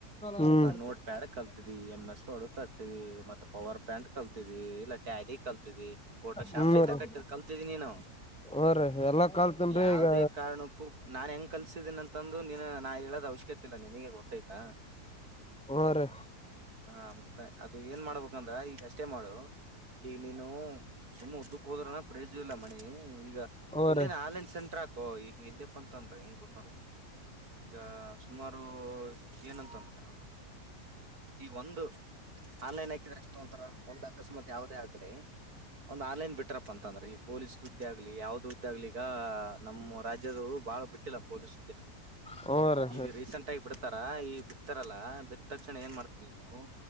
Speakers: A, in the centre; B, on the right.
A: ಹ್ಮ್ ಹ್ಮ್
B: ನೋಡ್ ಬ್ಯಾರೆ ಕಲ್ತದಿ ಎಮ್ ಎಸ್ ವಾರ್ಡ್ ಕಲ್ತದಿ ಮತ್ತೆ ಪವರ್ ಪ್ಯಾಂಟ್ ಕಲ್ತದಿ ಇಲ್ಲ ಟ್ಯಾಡಿ ಕಲ್ತದಿ ಫೋಟೋ ಶಾಪ್
A: ಹ್ಮ್
B: ಸಹಿತ
A: ರೀ
B: ಕಟ್ಟ ಕಲ್ತಿದೀನಿ ನ
A: ಹ್ಮ ರೀ ಎಲ್ಲಾ ಕಲ್ತನ್ರಿ
B: ಯಾವದೇ
A: ಈಗ
B: ಕಾರಣಕ್ಕೂ ನಾನ್ ಹೆಂಗ್ ಕಲ್ಸಿದ್ದೀನಿ ಅಂತಂದು ನೀನ್ ನಾ ಹೇಳೋದ ಅವಶ್ಯಕತೆ ಇಲ್ಲ ನಿನಗೆ ಗೊತ್ತಾಯ್ತಾ
A: ಬರು
B: ಹಾ ಮತ್ತ ಅದು ಏನ್ ಮಾಡ್ಬೇಕಂದ್ರ ಈಗ ಅಷ್ಟೇ ಮಾಡು ಈಗ ನೀನು ತುಂಬಾ ಉಡ್ಡಕ್ ಹೋದ್ರನ ಪ್ರೇಜಿಲ್ಲ ಮನೆ ಈಗ
A: ಹ್ಮ
B: ಎಲ್ಲೇನ
A: ರೀ
B: ಆಲಿನ್ ಸೆಂಟರ್ ಹಾಕೋ ಈಗ ಎಲ್ಯಪ ಅಂತಂದ್ರ ಹೆಂಗ ಗೊತ್ತದ್ರ ಈಗ ಸುಮಾರು ಏನಂತಂದ್ರ ಈ ಒಂದು ಆನ್ಲೈನ್ ಹಾಕಿದ್ರ ಎಷ್ಟ ತಗೋತಾರ ಒಂದ್ ಅಕಸ್ಮಾತ್ ಯಾವದೇ ಆಗ್ಲಿ ಒಂದ್ ಆನ್ಲೈನ್ ಬಿಟ್ರಪ್ಪ ಅಂತ ಅಂದ್ರೆ ಈ ಪೊಲೀಸ್ ಉುದ್ದೆ ಆಗ್ಲಿ ಯಾವ್ದ ಹದ್ದ ಆಗ್ಲಿ ಈಗ ನಮ್ಮ ರಾಜ್ಯದ ಬಹಳ ಬಿಟ್ಟಿಲ್ಲ ಪೊಲೀಸ್
A: ಹ್ಮ ರೀ
B: ಈಗ ರೀಸೆಂಟ್ ಆಗಿ ಬಿಡ್ತಾರ ಈಗ ಬಿಡ್ತಾರಲ್ಲ ಬಿಟ್ಟ ತಕ್ಷಣ ಏನ್ ಮಾಡ್ತೀನಿ ನೀನು